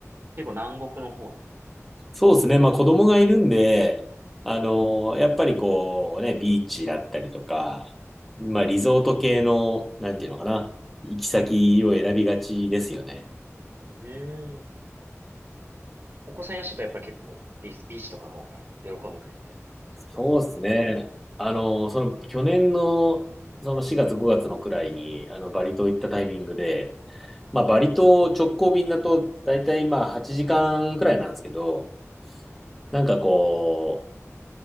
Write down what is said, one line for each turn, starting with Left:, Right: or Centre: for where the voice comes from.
Right: 結構南国の方に。
Centre: そうですね。まあ子供がいるんで、あのやっぱりこうね、ビーチだったりとか、まあリゾート系の、なんていうのかな、行き先を選びがちですよね。
Right: うん。お子さんいらっしゃるとやっぱり結構ビー、ビーチとかの方が喜んでくれるみたいな感じですかそれとも。
Centre: そうですね。あのその去年のその4月5月のくらいに、あのバリ島行ったタイミングで、まあバリ島直行便だと大体まあ8時間くらいなんですけど、
Right: うん
Centre: なんかこう、